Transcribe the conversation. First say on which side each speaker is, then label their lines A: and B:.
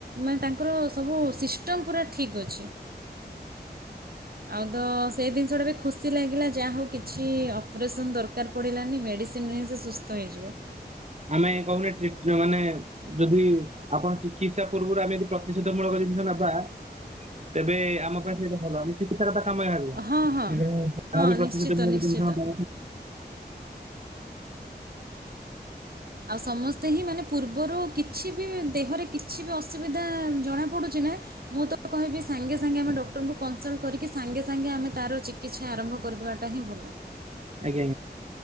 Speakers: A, on the right; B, on the right.
A: ମାନେ ତାଙ୍କର ସବୁ ସିଷ୍ଟମ୍ ପୁରା ଠିକ୍ ଅଛି। ଆଉ ତ ସେଇ ଜିନିଷଟା ବି ଖୁସି ଲାଗିଲା ଯାହା ହଉ କିଛି ଅପରେସନ୍ ଦରକାର ପଡ଼ିଲାନି ମେଡ଼ିସିନରେ ହିଁ ସେ ସୁସ୍ଥ ସୁସ୍ଥ ହେଇଯିବେ।
B: ଆମେ କହୁନୁ ଯେ ଟି ମାନେ। ଯଦି ଆପଣ ଚିକିତ୍ସା ପୂର୍ବରୁ ଆମେ ଯଦି ପ୍ରତିଷେଧ ମୂଳକ ଜିନିଷ ନେବା
A: <unintelligible>
B: ତେବେ ଆମ ପାଖ ସେଇଟା ଭଲ। ଚିକିତ୍ସା କଥା କାମ
A: ହଁ
B: <inaudible>
A: ହଁ
B: ତାହା
A: ହଁ
B: ବି ପ୍ରତିଶତ
A: ନିଶ୍ଚିତ
B: ମୁଁ
A: ନିଶ୍ଚିତ
B: ଜିନିଷ <inaudible>
A: ଆଉ ସମସ୍ତେ ହିଁ ମାନେ ପୂର୍ବରୁ କିଛି ବି ଦେହରେ କିଛି ବି ଅସୁବିଧା ଜଣାପଡ଼ୁଚି ନା ମୁଁ ତ କହିବି ସାଙ୍ଗେ ସାଙ୍ଗେ ଆମେ ଡକ୍ଟରଙ୍କୁ କନସଲଟ କରିକି ସାଙ୍ଗେ ସାଙ୍ଗେ ଆମେ ତାର ଚିକି ଚିକିତ୍ସା ଆରମ୍ଭ କରିଦେବା ଟା ହିଁ ଭଲ।
B: ଆଜ୍ଞା!